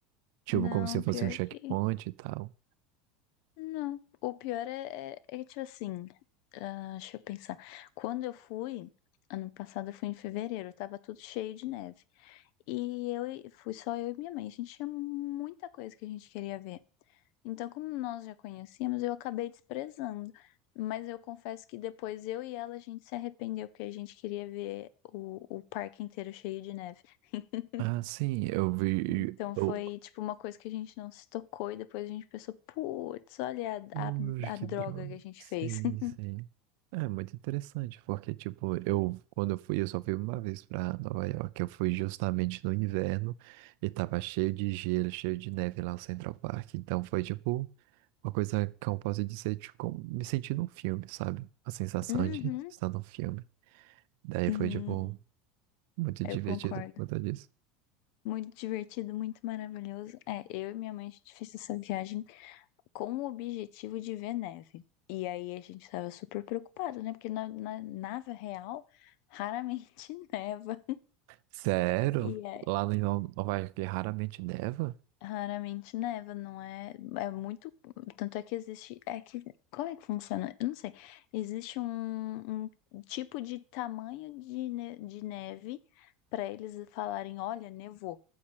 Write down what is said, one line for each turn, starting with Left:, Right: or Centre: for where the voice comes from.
Right: Tipo,
Left: Não,
Right: como se fosse
Left: pior
Right: um checkpoint
Left: que.
Right: e tal.
Left: Não. O pior é, é, é tipo assim. ah, deixa eu pensar. Quando eu fui, ano passado eu fui em fevereiro, tava tudo cheio de neve. E eu e- fui só eu e minha mãe. A gente tinha muita coisa que a gente queria ver. Então, como nós já conhecíamos, eu acabei desprezando. Mas eu confesso que depois eu e ela a gente se arrependeu, porque a gente queria ver o, o parque inteiro cheio de neve. <laughs>
Right: Ah, sim, eu vi.
Left: Então
Right: Eu,
Left: foi tipo uma coisa que a gente não se tocou e depois a gente pensou, putz, olha
Right: Ui,
Left: a, a,
Right: que
Left: a droga
Right: droga.
Left: que a gente
Right: Sim,
Left: fez. <laughs>
Right: sim. É muito interessante, porque, tipo, eu, quando eu fui, eu só fui uma vez pra Nova York, eu fui justamente no inverno e tava cheio de gelo, cheio de neve lá no Central Park. Então foi, tipo, uma coisa que eu posso dizer, tipo, me senti num filme, sabe? A sensação
Left: Uhum.
Right: de estar num filme. Daí
Left: Sim,
Right: foi, tipo, muito
Left: eu
Right: divertido
Left: concordo.
Right: por conta disso.
Left: Muito divertido, muito maravilhoso. É, eu e minha mãe a gente fez essa viagem. com o objetivo de ver neve. E aí a gente tava super preocupado, né? Porque na, na, na real raramente <laughs> neva.
Right: Sério?
Left: E aí,
Right: Lá em No- Nova York raramente neva?
Left: Raramente neva, não é? É muito. Tanto é que existe. É que. Como é que funciona? Eu não sei. Existe um, um tipo de tamanho de, ne- de neve para eles falarem: olha, nevou.